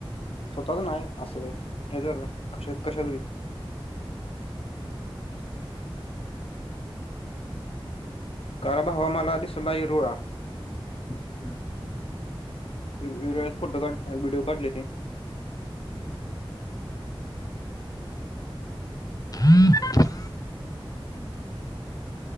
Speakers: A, on the left (about 85°); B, on the left (about 40°).
A: स्वतःच नाही, असं हे जर कश-कशात बी
B: हम्म <inaudible>
A: कार भावा मला, दिसला ईरूळा.
B: हम्.
A: वी-वीरुळ्यात फोटो काढ, व्हडिओ काढले ते.
B: हं <unintelligible>